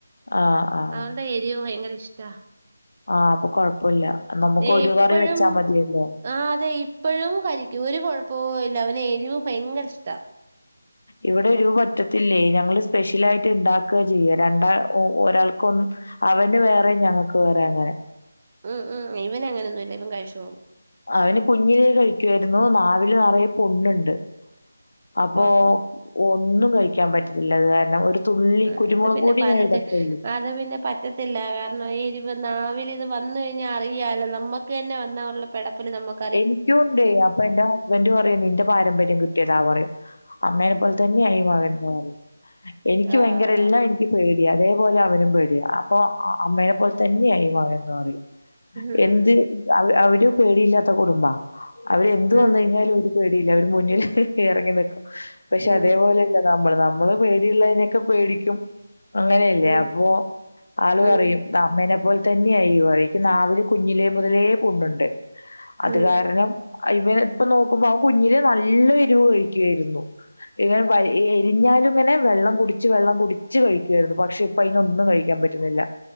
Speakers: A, on the left; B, on the right.
A: ആഹ് ആഹ്
B: അതുകൊണ്ട് എരിവ് ഭയങ്കര ഇഷ്ടാ
A: ആഹ് അപ്പൊ കൊഴപ്പൊല്ല നമുക്ക്
B: ദേ
A: ഒരു
B: ഇപ്പഴും
A: കറി വെച്ചാ മതിയല്ലോ
B: ആഹ് അതെ ഇപ്പഴും കരിക്കും ഒരു കുഴപ്പവുല്ല അവന് എരിവ് ഭയങ്കര ഇഷ്ട
A: ഇവിടെ എരു പറ്റത്തില്ലേ ഞങ്ങള് സ്പെഷ്യൽ ആയിട്ട് ഇണ്ടാക്കുക ചെയ്യുക രണ്ടാ ഒരാൾക്കൊന്നും അവന് വേറെ ഞങ്ങക്ക് വേറെ അങ്ങനെ
B: ഉം ഉം ഇവനെങ്ങനൊന്നും ഇല്ല ഇവൻ കഴിച്ചോളും
A: അവന് കുഞ്ഞിലേ കഴിക്കുായിരുന്നു നാവില് നിറയെ പൊണ്ണണ്ട് അപ്പോ
B: ആഹ് ആഹ്
A: ഒന്നും കഴിക്കാൻ പറ്റത്തില്ല അത് കാരണം ഒരു തുള്ളി
B: ആഹ്
A: കുരുമുളക്
B: അത് പിന്നെ
A: പൊടി
B: പറഞ്ഞിട്ട്
A: ഞാൻ ഇടത്തുള്ളു
B: അത് പിന്നെ പറ്റത്തില്ല കാരണം എരിവ് നാവില് ഇത് വന്ന് കഴിഞ്ഞാൽ അറിയാല്ലോ നമ്മക്ക് നമ്മുക്ക് തന്നെ വന്നാലുള്ള പെടപ്പെല് നമ്മക്ക്
A: എനിക്കും ഉണ്ടേ അപ്പൊ എന്റെ ഹസ്ബന്റ് പറയും നിന്റെ പാരമ്പര്യം കിട്ടിയതാ പറയും അമ്മേനെ പോലെ തന്നെയാ ഈ മകൻ എന്ന് പറയും എനിക്ക്
B: ആഹ്
A: ഭയങ്കര എല്ലാം എനിക്ക് പേടിയാ അതേപോലെ അവനും പേടിയ അപ്പൊ അമ്മേനെപോലെ തന്നെയാ ഈ മകനെന്ന് പറയും
B: ഉം
A: എന്ത് അവര് പേടിയില്ലാത്ത കുടുംബാ അവര് എന്ത്
B: ഉം
A: വന്ന് കഴിഞ്ഞാലും അവര് പേടിയില്ല അവര് മുന്നിൽ ഇറങ്ങി നിൽക്കും പക്ഷെ
B: ഉം
A: അതേപോലെ അല്ല നമ്മള് നമ്മള് പേടിയുള്ളതിനൊക്കെ പേടിക്കും അങ്ങനെയല്ലേ
B: ഉം
A: അപ്പോ ആള്
B: ഉം
A: പറയും അമ്മേനെ പോലെ തന്നെയാ <unintelligible> നാവില് കുഞ്ഞിലേ മുതലേ പുണ്ണുണ്ട് അത്
B: ഉം ഉം
A: കാരണം ഇവന് ഇപ്പൊ നോക്കുമ്പോ അവൻ കുഞ്ഞിലെ നല്ല എരിവ് കഴിക്കുവായിരുന്നു ഇങ്ങനെ എരിഞ്ഞാലും ഇങ്ങനെ വെള്ളം കുടിച്ച് വെള്ളം കുടിച്ച് കഴിക്കുവായിരുന്നു പക്ഷെ ഇപ്പം അതിനൊന്നും കഴിക്കാൻ പറ്റുന്നില്ല